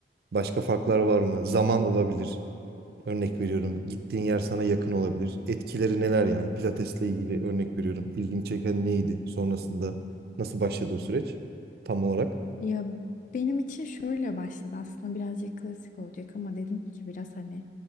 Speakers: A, on the right (about 60°); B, on the left (about 45°).
A: Başka farklar var mı? Zaman olabilir. Örnek veriyorum gittiğin yer sana yakın olabilir. Etkileri neler yani? Pilatesle ilgili örnek veriyorum. İlgini çeken neydi? Sonrasında nasıl başladı o süreç? Tam olarak.
B: Ya benim için şöyle başladı aslında birazcık klasik olacak ama dedim ki biraz hani